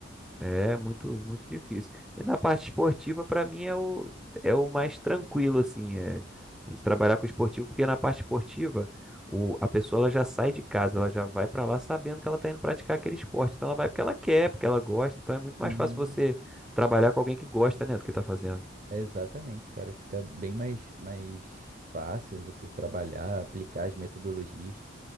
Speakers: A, in the centre; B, on the right.
A: É muito, muito difícil. E na parte esportiva, para mim, é o, é o mais tranquilo, assim, é, a gente trabalhar com esportivo, porque na parte esportiva, o, a pessoa ela já sai de casa, ela já vai para lá sabendo que ela está indo praticar aquele esporte. Então ela vai porque ela quer, porque ela gosta. Então é muito mais
B: Sim.
A: fácil você trabalhar com alguém que gosta, né, do que está fazendo.
B: Exatamente, cara. Fica bem mais, mais fácil você trabalhar, aplicar as metodologias